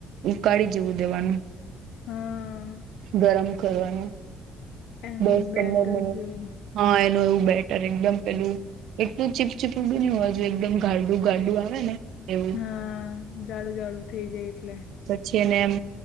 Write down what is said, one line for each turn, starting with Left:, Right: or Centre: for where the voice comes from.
Right: ઉકાળી જવું દેવાનુ
Left: હા
Right: ગરમ કરવાનુ
Left: એમ
Right: દસ
Left: બેટર
Right: પંદર મિનિટ,
Left: જેવું
Right: હા એનું એવું બેટર એકદમ પેલ એકલું ચીપચીપ બી ની હોવા જોઈએ, એકદમ ગાડું ગાડું આવે ને એવું
Left: હા જાડું જાડું થઇ જાય એટલે
Right: છને એમ